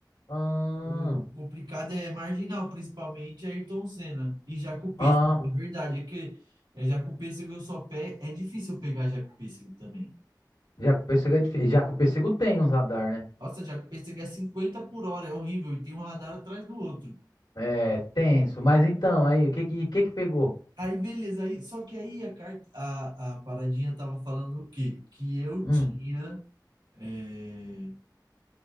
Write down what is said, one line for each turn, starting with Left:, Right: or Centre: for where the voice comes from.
Left: Ah,
Right: O complicado é marginal, principalmente Ayrton Senna e Jaco Pêssego.
Left: ah.
Right: É verdade, é que é, Jaco Pêssego eu só pé É difícil eu pegar Jaco Pêssego também.
Left: Já que o pêssego é difícil. Já que o pêssego tem uns radar, né?
Right: Nossa, Jaco Pêssego é 50 por hora, é horrível, e tem um radar atrás do outro.
Left: É, tenso. Mas então, aí, o que que, que que pegou?
Right: Aí, beleza, aí, só que aí a, car- a, a paradinha tava falando o quê? Que eu
Left: Hum.
Right: tinha, é,